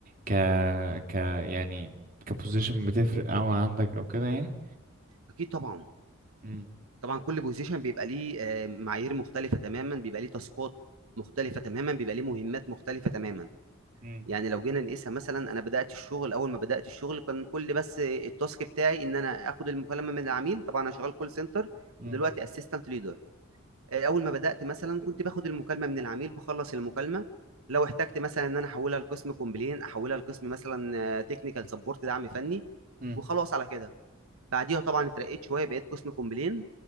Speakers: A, on the right (about 40°); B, on the right (about 80°).
A: ك ك يعني كبوزيشن بتفرق او عندك او كده يعني
B: اكيد طبعا
A: مم.
B: طبعا كل بوزيشن بيبقى ليه آه، معايير مختلفه تماما بيبقى ليه تاسكات مختلفه تماما بيبقى ليه مهمات مختلفه تماما
A: مم.
B: يعني لو جينا نقيسها مثلا انا بدات الشغل اول ما بدات الشغل كان كل بس التاسك بتاعي ان انا اخد المكالمه من العميل طبعا انا شغال كول سنتر
A: مم.
B: ودلوقتي اسيستنت ليدر اول ما بدات مثلا كنت باخد المكالمه من العميل بخلص المكالمه لو احتجت مثلا ان انا احولها لقسم كومبلين احولها لقسم مثلا تكنيكال سبورت دعم فني
A: مم.
B: وخلاص على كده بعديها طبعا اترقيت شويه بقيت قسم كومبلين